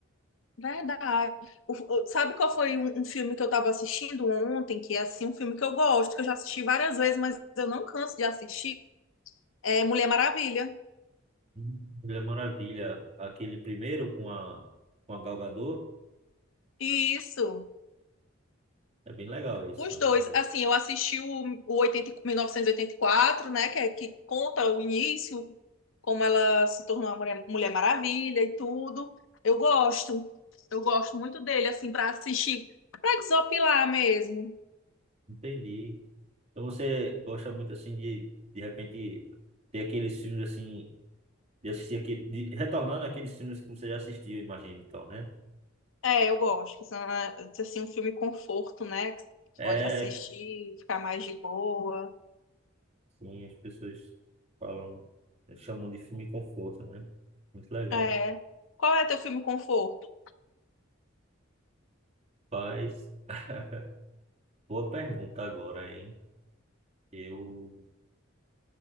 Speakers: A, on the left (about 70°); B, on the right (about 30°).
A: Verdade. O- o- sabe qual foi um, um filme que eu tava assistindo ontem, que é assim, um filme que eu gosto, que eu já assisti várias vezes, mas eu não canso de assistir? É Mulher Maravilha.
B: Hum, Ele é maravilha. Aquele primeiro com a, com a Gal Gadot,
A: Isso.
B: é bem legal esse
A: Os
B: também,
A: dois,
B: eu gosto.
A: assim, eu assisti o, o 80, e- 1984, né, que, é, que conta o início, como ela se tornou a Mulher, Mulher Maravilha e tudo. Eu gosto, eu gosto muito dele, assim, para assistir, para desopilar mesmo.
B: Entendi. Então você gosta muito assim de, de repente, ter aqueles filmes assim, de assistir aquele, de retornar naqueles filmes que você já assistiu, imagina, então, né?
A: É, eu gosto, que são, ah, assim, um filme conforto, né, que você
B: É
A: pode assistir, ficar mais de boa.
B: Sim, as pessoas falam, eh, chamam de filme conforto, né? Muito legal.
A: É. Qual é teu filme conforto?
B: Mas, <laughs> boa pergunta agora, hein? Eu,